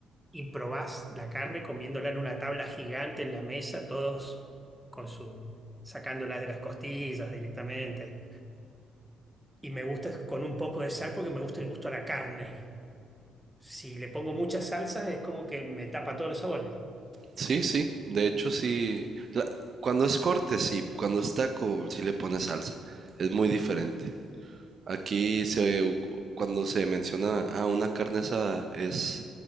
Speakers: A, in the centre; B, on the right.
A: y probás la carne comiéndola en una tabla gigante en la mesa, todos con su sacándola de las costillas directamente. Y me gusta con un poco de sal porque me gusta el gusto a la carne. Si le pongo mucha salsa es como que me tapa todos los sabores.
B: Sí, sí, de hecho sí. La- cuando es corte, sí, cuando es taco, sí le pones salsa. Es muy diferente. Aquí se, u- cuando se menciona a una carne asada es,